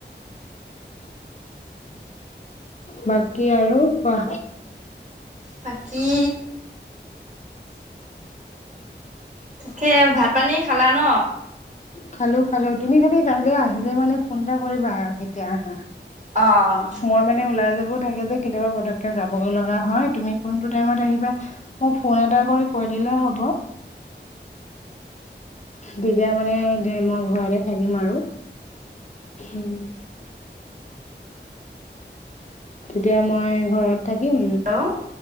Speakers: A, on the left; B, on the right.
A: বাত কি আৰু? কোৱা।
B: বাকী তাকে ভাত-পানী খালা ন?
A: খালো খালো। তুমি খালি কাইলৈ আহিলে মানে ফোন এটা কৰিবা আৰু কেতিয়া আহা!
B: অ'
A: মই মানে ওলাই যাব কামবোৰ থাকে যে কেতিয়াবা পতককে যাবগৈ লগা হয়, তুমি কোনটো টাইমত আহিবা মোক ফোন এটা কৰি কৈ দিলে হ'ব।
B: <inaudible>
A: তেতিয়া মানে মই ঘৰতে থাকিম আৰু! উম। তেতিয়া মই ঘৰত থাকিম।
B: হেল্ল'